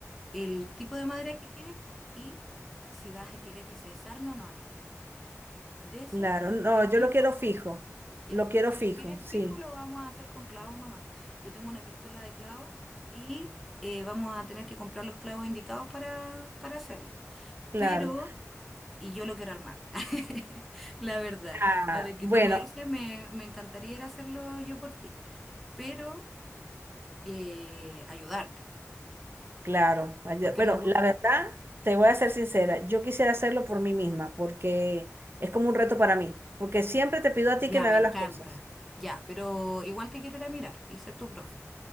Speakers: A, in the centre; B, on the right.
A: el tipo de madera que quieres y si vas a querer que se desarme o no, amiga. De eso
B: Claro,
A: es,
B: no,
A: es muy
B: yo lo
A: importante.
B: quiero fijo,
A: Ya,
B: lo quiero
A: si
B: fijo,
A: lo quieres
B: sí,
A: fijo, lo vamos a hacer con clavos nomás. Yo tengo una pistola de clavos y eh, vamos a tener que comprar los clavos indicados para, para hacerlo.
B: claro.
A: Pero, y yo lo quiero armar, <laughs> la verdad.
B: Ah,
A: Ahora que
B: bueno,
A: tú me dices, me, me encantaría ir a hacerlo yo por ti, pero eh, ayudarte,
B: claro. Ay,
A: porque
B: Bueno,
A: me, gu-
B: la verdad, te voy a ser sincera, yo quisiera hacerlo por mí misma porque es como un reto para mí, porque siempre te pido a
A: ya
B: ti que me
A: me
B: hagas
A: encanta.
B: las cosas.
A: Ya, pero igual te quiero ir a mirar y ser tu profe.